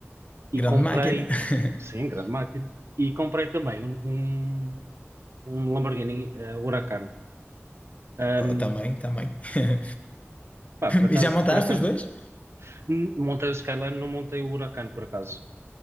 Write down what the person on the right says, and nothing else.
e
Uhum. comprei,
sim, grande máquina, e comprei também um, um, um Lamborghini eh, Huracan. Ahm,
pá, por acaso,
por acaso,
hum, montei o Skyline, não montei o Huracan, por acaso.